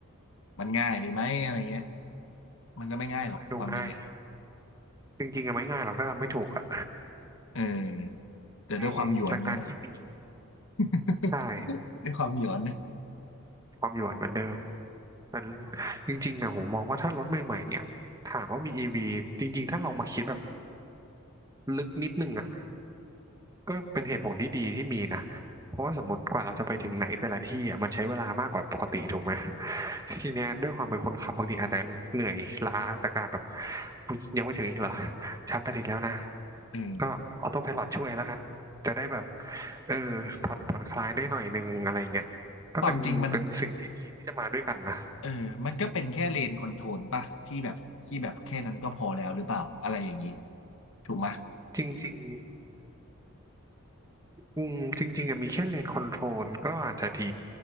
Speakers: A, on the left; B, on the right.
A: มันง่ายไปไหมอะไรเงี้ยมันก็ไม่ง่ายหรอกความจริงอ่ะ
B: มันก็ดูง่ายจริงๆอะไม่ง่ายหรอกถ้าทำไม่ถูกอะ
A: เออแต่ด้วยความหยวนนะ
B: อืมแต่การที่มี
A: <laughs>
B: ใช่
A: ด้วยความหย้อนนะ
B: ความหยวนเหมือนเดิมแต่จริงๆอะผมมองว่าถ้ารถใหม่ๆเนี่ยถามว่ามีอีวีจริงๆถ้าเรามาคิดแบบลึกนิดนึงอะ ก็เป็นเหตุผลที่ดีที่มีนะ เพราะว่าสมมติกว่าเราจะไปถึงไหนแต่ละที่อ่ะมันใช้เวลามากกว่าปกติถูกไหมทีเนี้ยด้วยความเป็นคนขับบางทีอาจจะเหนื่อยล้าจากการแบบมึงยังไม่ถึงอีกเหรอฉันไปถึงแล้วนะ
A: เออ
B: ก็ออโต้ไพลอตช่วยแล้วกันจะได้แบบเออผ่อนผ่อนคลายได้หน่อยนึงอะไรเงี้ยก็เป็นเป็นสิ่งที่ดีที่จะมาด้วยกันนะ
A: ความจริงมันเออมันก็เป็นแค่เลนคอนโทรลปะที่แบบที่แบบแค่นั้นก็พอแล้วหรือเปล่าอะไรอย่างนี้ถูกไหม
B: จริงๆอืมจริงๆอะมีแค่เลนคอนโทรลก็อาจจะดี